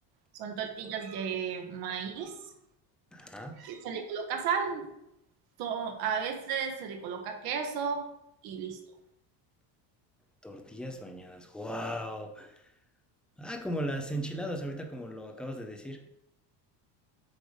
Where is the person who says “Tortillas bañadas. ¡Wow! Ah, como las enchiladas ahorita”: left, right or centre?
Centre